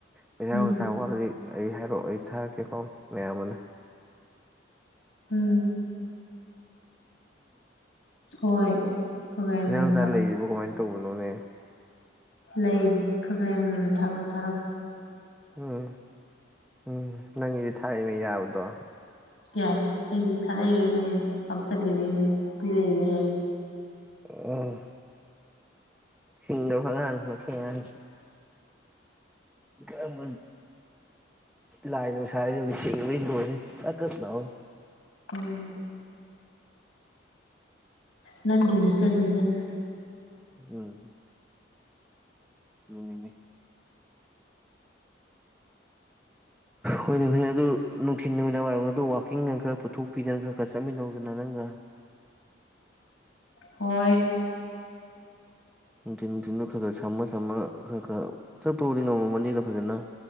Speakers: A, in the centre; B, on the left (about 85°).
A: ꯄꯩꯁꯥꯅꯨꯡꯁꯥ
B: ꯎꯝ
A: ꯋꯥꯠꯂꯗꯤ ꯑꯩ ꯍꯥꯏꯔꯛꯑꯣ ꯑꯩ ꯊꯥꯔꯛꯀꯦ ꯀꯣ ꯃꯌꯥꯝꯕꯅꯦ
B: ꯎꯝ ꯍꯣꯏ ꯈꯒꯥꯏ
A: ꯄꯩꯁ
B: ꯑꯃꯃꯝ
A: ꯅꯨꯡꯁ ꯂꯩꯔꯤꯕꯣ ꯀꯃꯥꯏ ꯇꯧꯕꯅꯣꯅꯦ
B: ꯂꯩꯔꯤ ꯈꯔ ꯈꯔꯥ ꯌꯥꯝꯌꯥꯝꯅ ꯊꯥꯔꯛꯑꯣ ꯊꯥꯔꯛ
A: ꯎꯝ ꯎꯝ ꯎꯝ ꯅꯪꯒꯤꯗꯤ ꯊꯥꯔꯛꯏꯉꯩ ꯌꯥꯕꯗꯣ
B: ꯌꯥꯏ ꯑꯩꯗꯤ ꯊꯥꯔꯛꯏꯉꯩ ꯂꯣꯏ ꯌꯥꯏ ꯍꯥꯞꯆꯜꯂꯤꯒꯩ ꯌꯥꯏ ꯄꯤꯔꯛ ꯏꯒꯩ ꯌꯥꯏ
A: ꯑꯥ ꯁꯤꯡꯒꯔꯕ ꯑꯉꯥꯡ ꯃꯆꯥꯅꯤ ꯀꯔꯝꯕ ꯂꯥꯢꯅꯕꯨ ꯁꯥꯔꯤꯅꯣ ꯁꯤꯡꯕꯗꯤ ꯂꯣꯢꯔꯦ ꯊꯛꯀ ꯆꯥꯎ
B: ꯎꯝ ꯅꯪꯒꯤ ꯅꯆꯜꯅꯤꯗꯅ
A: ꯎꯝ ꯑꯗꯨꯅꯤꯅꯦ ꯍꯣꯏꯅꯦ ꯍꯣꯏꯅꯦ ꯑꯗꯨ ꯅꯨꯡꯊꯤꯟ ꯅꯨꯃꯤꯗꯥꯡ ꯋꯥꯏꯔꯝꯒꯗꯣ ꯋꯥꯛꯀꯤꯡꯒ ꯈꯔ ꯄꯨꯊꯣꯛꯄꯤꯗꯅ ꯈꯔ ꯈꯔ ꯆꯠꯃꯤꯟꯅꯧꯗꯅ ꯅꯪꯒ
B: ꯍꯣꯏ
A: ꯅꯨꯡꯊꯤꯟ ꯅꯨꯡꯊꯤꯟꯗꯨ ꯈꯔ ꯈꯔ ꯁꯝꯃ ꯁꯝꯃ ꯈꯔ ꯈꯔ ꯆꯠꯄꯕꯨꯗꯤ ꯉꯝꯃꯝꯃꯅꯤꯗ ꯐꯖꯅ